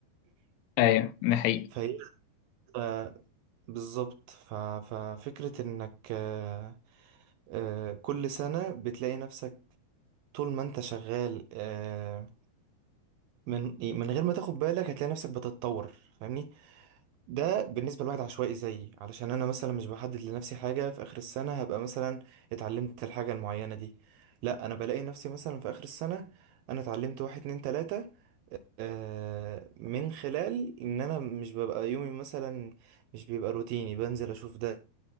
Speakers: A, on the left; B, on the right.
A: ايوه ده حقيقي
B: فهي ف- بالظبط ف- ففكره انك آه، آه، كل سنه بتلاقي نفسك طول ما انت شغال آه، من من غير ما تاخد بالك هتلاقي نفسك بتتطور فاهمني ده بالنسبة لواحد عشوائي زيي علشان أنا مثلا مش بحدد لنفسي حاجة في آخر السنة هبقى مثلا اتعلمت الحاجة المعينة دي لا أنا بلاقي نفسي مثلا في آخر السنة أنا اتعلمت واحد اتنين تلاتة آه، من خلال إن أنا مش ببقى يومي مثلا مش بيبقى روتيني بنزل أشوف ده